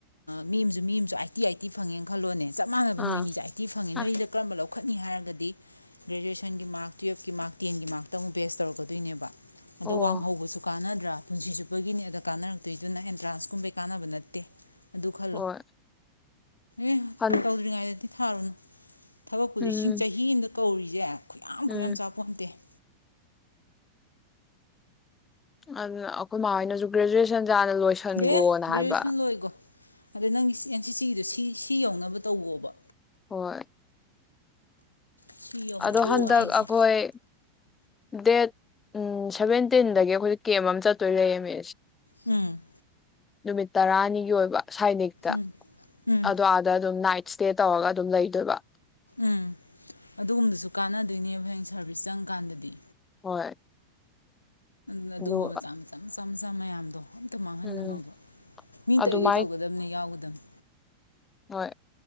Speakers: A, on the left (about 85°); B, on the left (about 15°).
A: ꯃꯤ ꯑꯃꯁꯁꯨ ꯃꯤ ꯑꯃꯁꯁꯨ ꯑꯥꯏꯠꯇꯤ ꯑꯥꯏꯠꯇꯤ ꯐꯪꯉꯦꯅ ꯈꯜꯂꯣꯅꯦ ꯆꯞ ꯃꯥꯟꯅꯕ
B: ꯑꯥ
A: ꯅꯣꯏ ꯑꯕꯤꯁ ꯑꯥꯏꯠꯇꯤ ꯐꯪꯉꯦ
B: ꯑꯥ,
A: ꯅꯣꯏ ꯑꯅꯤꯗ ꯀꯔꯝꯕ ꯂꯧꯈꯠꯅꯤ ꯍꯥꯏꯔꯒ ꯗꯤ ꯒ꯭ꯔꯦꯖꯨꯑꯦꯁꯟꯒꯤ ꯃꯥꯔꯛ ꯇꯨꯌꯦꯜꯞꯀꯤ ꯃꯥꯔꯛ ꯇꯦꯟꯒꯤ ꯃꯥꯔꯛꯇ ꯑꯃꯨꯛ ꯕꯦꯁ ꯇꯧꯔꯜ ꯀꯗꯣꯏꯅꯦꯕ ꯑꯗꯣ
B: ꯑꯣ
A: ꯋꯥꯡꯍꯧꯕꯁꯨ ꯀꯥꯟꯅ ꯠꯇ꯭ꯔꯥ ꯄꯨꯟꯁꯤ ꯆꯨꯞꯄꯒꯤꯅꯤ ꯑꯗꯨ ꯀꯥꯟꯅꯔꯛꯇꯣꯏꯗꯨꯅ ꯑꯦꯟꯇ꯭ꯔꯥꯟꯁꯀꯨꯝꯕꯩ ꯀꯥꯟꯅꯕ ꯅꯠꯇꯦ ꯑꯗꯨ ꯈꯜꯂꯣ
B: ꯍꯣꯏ
A: ꯎꯝ
B: ꯍꯟ,
A: ꯇꯧꯗ꯭ꯔꯤꯉꯩꯗꯗꯤ ꯊꯥꯔꯣ ꯅ ꯊꯕꯛꯄꯨ
B: ꯎꯝ
A: ꯂꯤꯁꯤꯡ ꯆꯍꯤ ꯑꯃꯗ ꯀꯧꯔꯤꯁꯦ ꯈꯨꯌꯥꯝ ꯈꯨꯠ
B: ꯎꯝ
A: ꯌꯥꯝ ꯆ ꯆꯥꯎꯕꯝꯇꯦ <unintelligible>
B: ꯑꯗꯨ ꯑꯩꯈꯣꯏ ꯃꯥꯍꯣꯏꯅꯁꯨ ꯒ꯭ꯔꯦꯖꯨꯋꯦꯁꯟ ꯗ ꯂꯣꯏꯁꯟꯈꯣꯅ
A: ꯗꯦ ꯒ꯭ꯔꯦꯖꯨꯑꯦꯁꯟ
B: ꯍꯥꯏꯕ
A: ꯂꯣꯏꯈꯣ ꯑꯗ ꯅꯪ ꯑꯦꯟ ꯁꯤ ꯁꯤ ꯒꯤꯗꯣ ꯁꯤ ꯁꯤ ꯌꯧꯅꯕ ꯇꯧꯈꯣꯕ
B: ꯍꯣꯏ
A: ꯁꯤ ꯌꯧꯍꯜꯂꯨ
B: ꯑꯗꯣ ꯍꯟꯗꯛ
A: ꯍꯥꯏꯁꯦ
B: ꯑꯩꯈꯣꯏ ꯗꯦꯠ ꯎꯝ ꯁꯚꯦꯟꯇꯤꯟꯗꯒꯤ ꯑꯩꯈꯣꯏ ꯀꯦꯝ ꯑꯃ ꯆꯠꯇꯣꯏ ꯂꯩꯌꯦ ꯃꯤ
A: ꯎꯝ
B: ꯅꯨꯃꯤꯠ ꯇꯔꯥꯅꯤꯒꯤ ꯑꯣꯏꯕ ꯁꯥꯏꯅꯤꯛꯇ
A: ꯎꯝ ꯎꯝ
B: ꯑꯗꯨ ꯑꯥꯗ ꯑꯗꯨꯝ ꯅꯥꯏꯠ ꯁꯇꯦ ꯇꯩꯔꯒ ꯑꯗꯨꯝ ꯂꯩꯗꯣꯏꯕ
A: ꯎꯝ ꯑꯗꯨꯒꯨꯝꯕꯗꯨꯁꯨ ꯀꯥꯟꯅꯗꯣꯏꯅꯦꯕ ꯍꯌꯦꯡ ꯁꯥꯔꯚꯤꯁ ꯆꯪꯀꯥꯟꯗꯗꯤ
B: ꯍꯣꯏ
A: ꯎ ꯑꯗꯨꯒꯨꯝꯕ
B: ꯑꯗꯨ
A: ꯃꯆꯥ ꯃꯆꯥ ꯃꯆꯥ ꯁꯝꯁꯝ ꯃꯌꯥꯝꯗꯣ ꯑꯝꯇ ꯃꯥꯡꯍꯟꯒꯅꯣꯕ
B: ꯎꯝ
A: ꯃꯤ
B: ꯑꯗꯨꯃꯥꯏ
A: ꯇꯧꯏꯈꯩ ꯇꯧꯒꯗꯕꯅꯤ ꯌꯥꯎꯒꯗꯝꯕꯅꯤ꯫
B: ꯍꯣꯏ